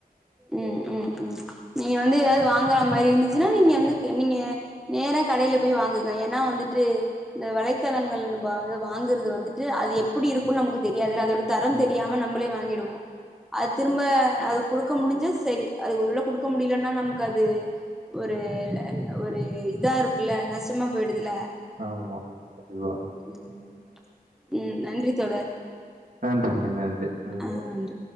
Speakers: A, in the centre; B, on the right (about 60°).
A: உம் உம் உம் நீங்க வந்து ஏதாவது வாங்கற மாதிரி இருந்து என்னா நீங்க வந்து நீங்க நேரா கடையில போய் வாங்குங்க ஏன்னா வந்துட்டு இந்த வளைத்தளங்கள் நம்ம வந்து வாங்குறது வந்துட்டு அது எப்படி இருக்கும் நமக்கு தெரியாது அத தரம்
B: ஆ
A: தெரியாம நம்மளே வாங்கிடுவோம் அது திரும்ப அது குடுக் க்க முடிஞ்ச சரி அது ஒருவேளை கொடுக்க முடியலன்னா நமக்கு அது ஒரு ஒரு இதா இருக்கு ல்ல நாசமா போயிடுதுல
B: ஆமா கண்டிப்பா
A: உம் உம் நன்றி தோழர்
B: நன்றிங்க நன்றி உம்
A: ஆ நன்றி